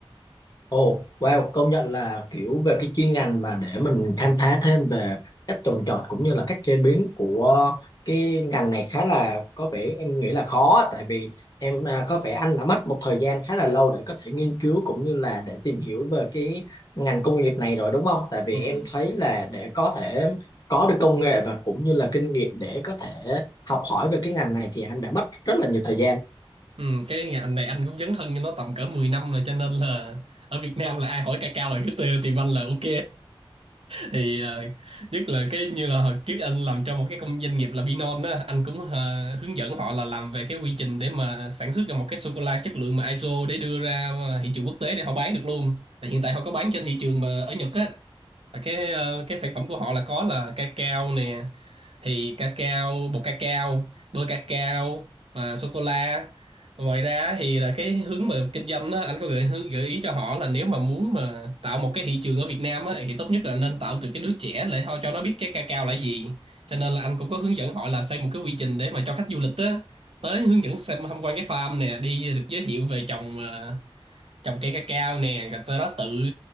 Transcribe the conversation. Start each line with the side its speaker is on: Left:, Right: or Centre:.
Left: Ồ, wow, công nhận là kiểu về cái chuyên ngành mà để mình khám phá thêm về cách trồng trọt cũng như là cách chế biến của cái ngành này khá là có vẻ em nghĩ là khó tại vì em à, có vẻ anh đã mất một thời gian khá là lâu để có thể nghiên cứu cũng như là để tìm hiểu về cái ngành công nghiệp này rồi đúng không? Tại vì
Right: Ừ.
Left: em thấy là để có thể có được công nghệ và cũng như là kinh nghiệm để có thể học hỏi về cái ngành này thì anh đã mất rất là nhiều thời gian
Right: Ừ, cái ngành này anh cũng dấn thân cho nó tầm cỡ 10 năm rồi cho nên là ở Việt Nam là ai hỏi cacao là cứ tê tìm anh là ok. thì ờ, nhất là cái như là hồi trước anh làm cho một cái công doanh nghiệp là Binon á anh cũng ờ, hướng dẫn họ là làm về cái quy trình để mà sản xuất ra một cái sô cô la chất lượng mà ISO để đưa ra ờ, thị trường quốc tế để họ bán được luôn là hiện tại họ có bán trên thị trường mà ở Nhật á là cái ờ, cái sản phẩm của họ là có là cacao nè thì cacao bột cacao bơ cacao và sô cô la ngoài ra thì là cái hướng mà kinh doanh đó anh có gợi hướng- gợi ý cho họ là nếu mà muốn mà tạo một cái thị trường ở Việt Nam á thì tốt nhất là nên tạo từ cái đứa trẻ để họ cho nó biết cái cacao là gì cho nên là anh cũng có hướng dẫn họ là xây một cái quy trình để mà cho khách du lịch á tới hướng dẫn xem tham quan cái farm nè đi được giới thiệu về trồng ờ, trồng cây cacao nè rồi tụi nó tự